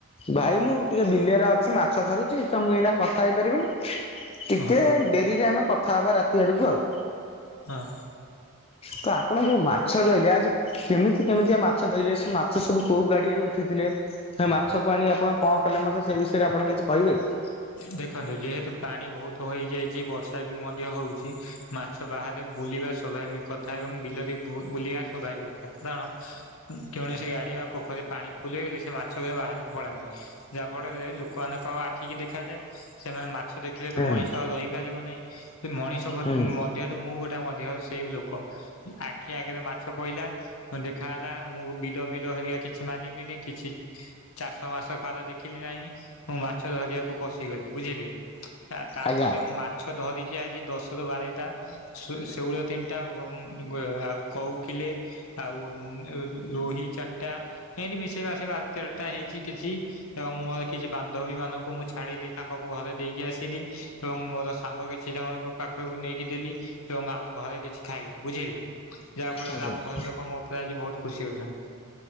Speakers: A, on the left; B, on the left.
A: ଭାଇ ମୁଁ ଟିକେ ବିଲିରେ ଅଛି ମାଛ ଧରୁଛି ତ ମୁଁ ଏଇନା କଥା ହେଇପାରିବିନି ଟିକେ
B: ହଁ
A: ଡେରିରେ ଆମେ କଥା ହବା ରାତି ଆଡକୁ ଆଉ।
B: ହଁ।
A: ତ ଆପଣ ଯୋଉ ମାଛ ଧରିଲେ ଆଜି କେମିତି କେମିତିଆ ମାଛ ଧରିଲେ ସେ ମାଛ ସବୁ କୋଉ ଗାଡିଆରୁ ଉଠିଥିଲେ ହେ ମାଛକୁ ଆଣି ଆପଣ କଣ କଲେ ମତେ ସେ ବିଷୟରେ ଆପଣ କିଛି କହିବେ କି?
B: ଦେଖନ୍ତୁ ଯେହେତୁ ପାଣି ବହୁତ ହୋଇଯାଇଛି ବର୍ଷା ବି ମଧ୍ୟ ହୋଉଛି ମାଛ ବାହାରେ ବୁଲିବା ସ୍ୱାଭାବିକ୍ କଥା ଏବଂ ବିଲରେ ବୁଲିବା ସ୍ଵଵାଭାବିକ୍ କଥା କାରଣ କୌଣସି ଗାଡି ବା ପୋଖରୀ ପାଣି ଫୁଲ ହେଇଗଲେ ସେ ମାଛ ରା ବାହାରକୁ ପଳାନ୍ତି। ଯାହା ଫଳରେ ଲୋକମାନଙ୍କ ଆ ଠିକ୍ ଦେଖାଯାଏ ସେମାନେ ମାଛ ଦେଖିଲେ
A: ହୁଁ
B: ତ ମଣିଷ ରହିପାରିବ ନାହିଁ ମଣିଷ ମଧ୍ୟ
A: ହୁଁ
B: କି ମୁଁ ଗୋଟେ ମଧ୍ୟ ସେଇ ଲୋକ ଆଖି ଆଗରେ ମାଛ ପଇଲା ହଁ ଦେଖା ହେଲା ମୁଁ ବିଲ ମିଲ ହେରା କିଛି ମାନିଲିନି କିଛି ଚାଷ ମାସ ଖାଦ ଦେଖିଲି ନାହିଁ ମୁଁ ମା ମାଛ ଧରିବାକୁ ପଶିଗଲି ବୁଝିଲେ ତାପରେ
A: ଆଜ୍ଞା
B: ମୁଁ ମା ଛ ଡ଼ରିକି ଆଜି ଦଶରୁ ବାରେଟା ଶେଉଳ ତିନିଟା ଆଉ କୋଉ କିଲେ ଆଉ ରୋହି ଚାରିଟା ଏମତି ମିସେଇ ମାସେଇ ତେରଟା ହେଇଛି କିଛି ଏବଂ ମୋର କିଛି ବା ପଦବୀ ମାନଙ୍କୁ ମୁଁ ଛାଡ଼ିଲି ତାଙ୍କୁ ଘରେ ଦେଇକି ଆସିଲି ଏବଂ ମୋର ସାଙ୍ଗ କିଛି ଜଣକୁ ପାଖକୁ ନେଇକି ଦେଲି ଏବଂ ଆମ ଘରେ କିଛି ଖାଇଲି ବୁଝିଲେ ଯାହା ଫଳରେ
A: ହଉ
B: ଆମ ଘର ଲୋକ ମୋ ଆଜି ବହୁତ ଖୁସି ଅଛନ୍ତି।